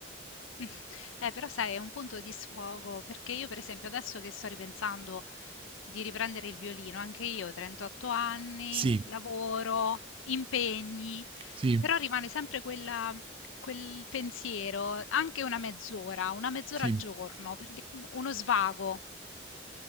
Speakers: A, on the left; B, on the right.
A: <laughs> Eh, però sai è un punto di sfogo, perché io per esempio adesso che sto ripensando di riprendere il violino, anche io 38 anni,
B: Sì,
A: lavoro, impegni,
B: sì,
A: però rimane sempre quella quel pensiero, anche una mezz'ora, una mezz'ora
B: sì.
A: al giorno, per di uno svago.